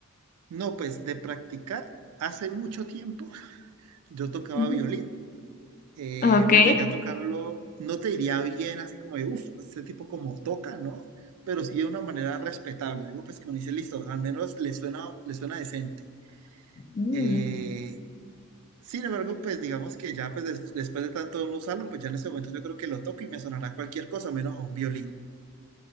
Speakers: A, on the right; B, on the left.
A: No, pues de practicar hace mucho tiempo <laughs> yo tocaba
B: Ujú.
A: violín. eh,
B: Ok.
A: pues llegué a tocarlo, no te diría bien, así como de, uff, este tipo como toca, ¿no? Pero sí de una manera respetable, algo pues que uno dice, listo, al menos le suena, le suena decente.
B: Mm.
A: Eh, sin embargo, pues digamos que ya pues des- después de tanto no usarlo, pues ya en ese momento yo creo que lo toco y me sonará cualquier cosa menos a un violín.